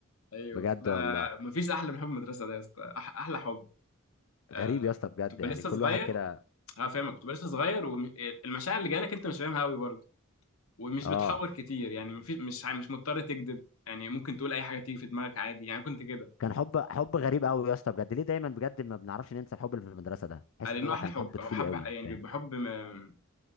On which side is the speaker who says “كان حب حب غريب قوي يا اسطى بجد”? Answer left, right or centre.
Left